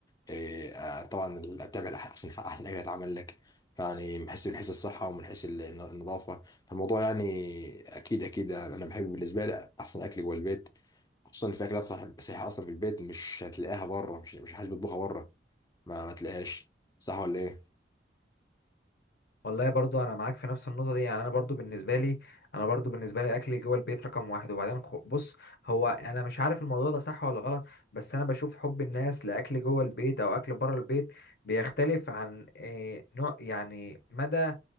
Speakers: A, on the left; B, on the left.
A: إيه، آه، طبعا بتابع احسن احسن اكل اتعمل لك يعني من حيث من حيث الصحه ومن حيث الن- النظافه فالموضوع يعني اكيد اكيد انا بحب بالنسبه لي احسن اكل جوه البيت خصوصا ان في اكلات صح صحيحه اصلا في البيت مش هتلاقيها بره مش مش حد بيطبخها بره ما ما تلاقيهاش صح ولا ايه
B: والله برضو انا معاك في نفس النقطه دي يعني انا برضو بالنسبه لي انا برضو بالنسبه لي اكل جوه البيت رقم واحد وبعدين خ- بص هو انا مش عارف الموضوع ده صح ولا غلط بس انا بشوف حب الناس لاكل جوه البيت او اكل بره البيت بيختلف عن إيه نوع يعني مدى